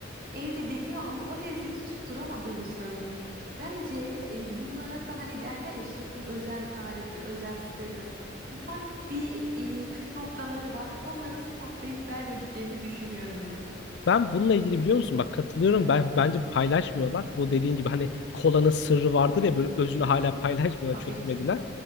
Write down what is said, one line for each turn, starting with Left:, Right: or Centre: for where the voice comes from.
Right: Evde deniyor ama o lezzeti tutturamadığını söylüyor. Bence e, bunlar da hani derler ya şefin özel tarifi, özel sırrı. Ufak bir e, püf noktaları var. Onları saklayıp vermediklerini düşünüyorum ben.
Left: ben bununla ilgili biliyor musun? Bak katılıyorum. Ben bence paylaşmıyorlar. Bu dediğin gibi hani kolanın sırrı vardır ya böyle özünü hala paylaşmıyorlar,
Right: Tabii
Left: çözemediler.
Right: ki.